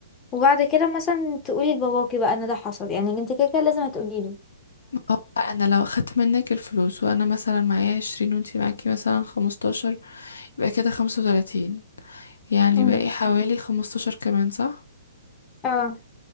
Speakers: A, on the left; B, on the left.
A: وبعد كده مثلا تقولي لباباكي بقى ان ده حصل يعني انت كده كده لازم هتقولي له
B: هو انا لو اخدت منك الفلوس وانا مثلا معايا عشرين وانتي معاكي مثلا خمستاشر يبقى كده خمسة وتلاتين يعني
A: تمام
B: باقي حوالي خمستاشر كمان صح
A: اه